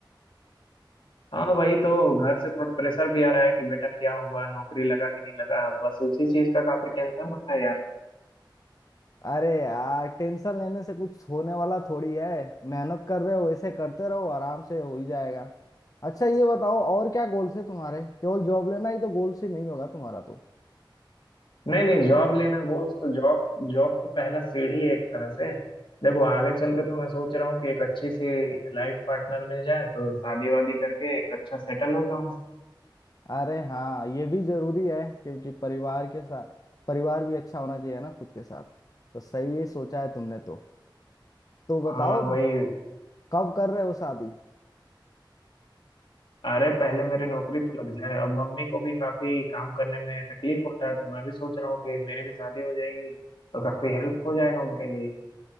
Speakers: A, on the left (about 75°); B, on the left (about 45°).
A: हाँ वही तो घर से थोड़ा प्रेशर भी आ रहा है कि बेटा क्या हुआ नौकरी लगा कि नहीं लगा बस उसी चीज का काफी टेंशन होता है यार
B: अरे यार टेंशन लेने से कुछ होने वाला थोड़ी है मेहनत कर रहे हो ऐसे करते रहो आराम से हो ही जाएगा अच्छा ये बताओ और क्या गोल्स है तुम्हारे केवल जॉब लेना ही तो गोल्स ही नहीं होगा तुम्हारा तो
A: नहीं नहीं जॉब लेना गोल तो जॉब जॉब तो पहला सीढ़ी है एक तरह से देखो आगे चल के तो मैं सोच रहा हूँ कि एक अच्छी सी लाइफ पार्टनर मिल जाए तो शादी वादी करके एक अच्छा सेटल हो जाऊँ
B: अरे हाँ ये भी जरूरी है क्योंकि परिवार के साथ परिवार भी अच्छा होना चाहिए ना खुद के साथ तो सही ही सोचा है तुमने तो तो बताओ
A: हाँ भाई
B: कब कर रहे हो शादी
A: अरे पहले मेरी नौकरी तो लग जाए अब मम्मी को भी काफी काम करने में तकलीफ होता है तो मैं भी सोच रहा हूँ कि मेरी भी शादी हो जाएगी तो काफी हेल्प हो जाएगा उनके लिए